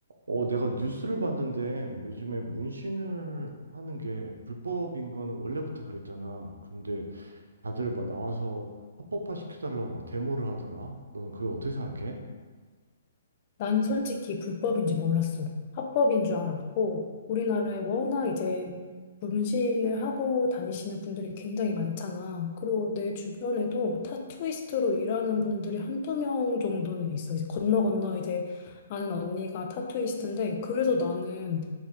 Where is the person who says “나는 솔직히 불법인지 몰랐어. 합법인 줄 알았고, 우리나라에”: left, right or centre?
Left